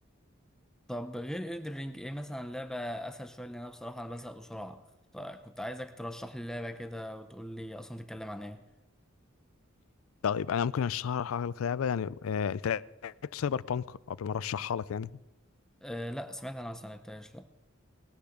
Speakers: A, in the centre; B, on the left.
A: طب غير إلدر رينج ايه مثلا لعبة اسهل شوية لان انا بصراحة انا بزهق بسرعة فكنت عايزك ترشح لي لعبة كده وتقول لي اصلا بتتكلم عن ايه
B: طيب انا ممكن اشرح لك لعبه يعني آه... انت لعبت سايبر بانك قبل ما ارشحها لك يعني
A: أه لا سمعت انا بس ما لعبتهاش لا